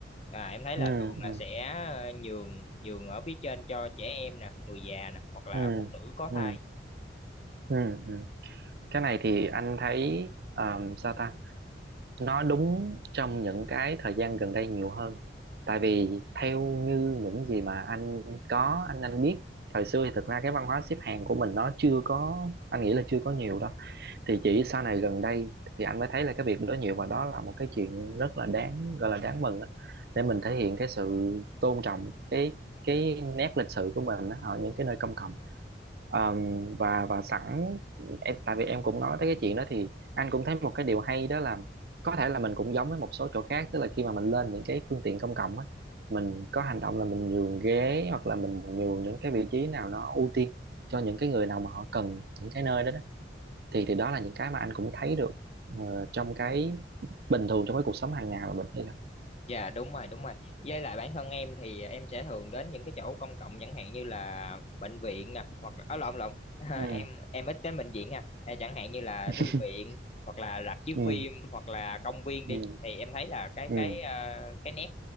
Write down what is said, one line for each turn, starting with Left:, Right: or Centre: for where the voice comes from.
Left: À, em thấy
Right: ừ
Left: là thường là
Right: ừ
Left: sẽ ờ, nhường nhường ở phía trên cho trẻ em nè, người già nè hoặc là
Right: ừ
Left: phụ nữ có
Right: ừ
Left: thai.
Right: ừ ừ cái này thì anh thấy ờ, sao ta nó đúng trong những cái thời gian gần đây nhiều hơn tại vì theo như những gì mà anh có anh anh biết thời xưa thì thực ra cái văn hóa xếp hàng của mình nó chưa có anh nghĩ là chưa có nhiều đâu thì chỉ sau này gần đây thì anh mới thấy là cái việc đó nhiều và đó là một cái chuyện rất là đáng gọi là đáng mừng á. để mình thể hiện cái sự tôn trọng cái cái nét lịch sử của mình á, ở những cái nơi công cộng Ờm, và và sẵn em tại vì em cũng nói tới cái chuyện đó thì anh cũng thấy một cái điều hay đó là có thể là mình cũng giống với một số chỗ khác tức là khi mà mình lên những cái phương tiện công cộng á mình có hành động là mình nhường ghế hoặc là mình nhường những cái vị trí nào nó ưu tiên cho những cái người nào mà họ cần những cái nơi đó đó thì thì đó là những cái mà anh cũng thấy được ờ, trong cái bình thường trong cái cuộc sống hàng ngày mà mình hay gặp
Left: Dạ đúng rồi đúng rồi với lại bản thân em thì em sẽ thường đến những cái chỗ công cộng chẳng hạn như là bệnh viện nè hoặc là ở lộn lộn <laughs>
Right: ừ
Left: em em ít đến bệnh viện ha À, chẳng hạn như là
Right: <laughs>
Left: thư viện hoặc là rạp chiếu
Right: ừ
Left: phim hoặc là công viên
Right: ừ
Left: đi thì em thấy là cái
Right: ừ
Left: cái ờ, cái nét